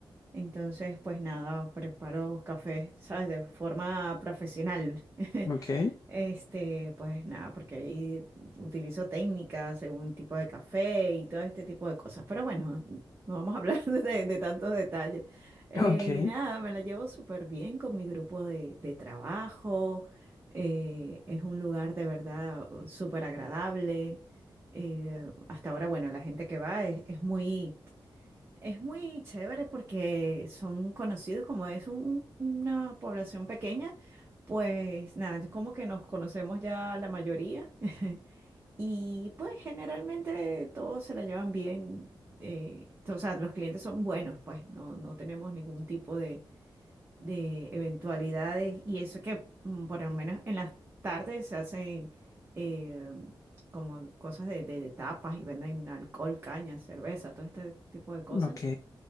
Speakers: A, on the right; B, on the left.
A: entonces, pues nada, preparo cafés, ¿sabes? De forma profesional.
B: Ok,
A: <laughs> Este, pues nada, porque ahí utilizo técnicas según tipo de café y todo este tipo de cosas. Pero bueno, no vamos a hablar <laughs> de, de tantos detalles.
B: <laughs>
A: Eh,
B: ok,
A: nada, me la llevo súper bien con mi grupo de, de trabajo. Eh, es un lugar de verdad súper agradable. Eh, hasta ahora, bueno, la gente que va es, es muy es muy chévere porque son conocidos, como es un- una población pequeña, pues nada, es como que nos conocemos ya la mayoría <laughs> y pues generalmente todos se la llevan bien, eh, o sea, los clientes son buenos, pues no, no tenemos ningún tipo de, de eventualidades y eso que mm, por lo menos en las tardes se hacen eh, como cosas de, de, de tapas y venden alcohol, caña, cerveza, todo este tipo de cosas.
B: ok,